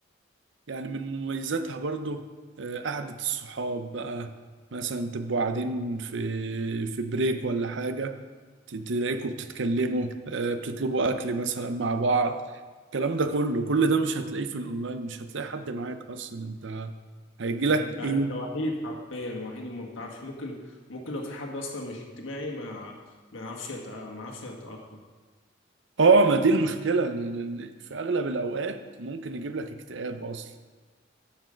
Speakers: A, on the right (about 70°); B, on the left (about 75°).
A: يعني من مميزاتها برضو آه، قعدة الصحاب بقى مثلا تبقوا قاعدين في في بريك ولا حاجة ت- تلاقيكوا بتتكلموا آه، بتطلبوا أكل مثلا مع بعض الكلام ده كله كل ده مش هتلاقيه في الأونلاين مش هتلاقي حد معاك أصلا أنت هيجيلك
B: انت انت
A: إيه؟
B: وحيد حرفيا وحيد وما بتعرفش ممكن ممكن لو في حد اصلا مش اجتماعي ما ما يعرفش يتأ- ما يعرفش يتأقلم
A: آه ما دي المشكلة إن إن- إن في أغلب الأوقات ممكن يجيب لك اكتئاب أصلا